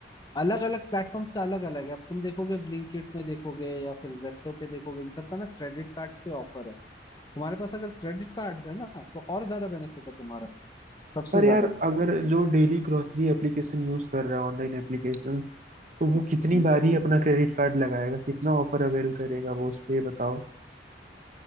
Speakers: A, on the left; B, on the right.
A: अलग अलग प्लेटफॉर्म्स का अलग अलग है अब तुम देखोगे ब्लिंकिट में देखोगे या फिर जेप्टो पे देखोगे इन सब का ना क्रेडिट कार्ड्स पे ऑफर है तुम्हारे पास अगर क्रेडिट कार्ड्स है ना तो और ज्यादा बेनिफिट है तुम्हारा सबसे
B: पर
A: ज्यादा
B: यार अगर जो डेली ग्रोसरी एप्लीकेशन यूज़ कर रहा है ऑनलाइन एप्लीकेशन तो
A: हम्म।
B: वो कितनी बार ही अपना क्रेडिट कार्ड लगाएगा कितना ऑफर अवेल करेगा वो उस पे ये बताओ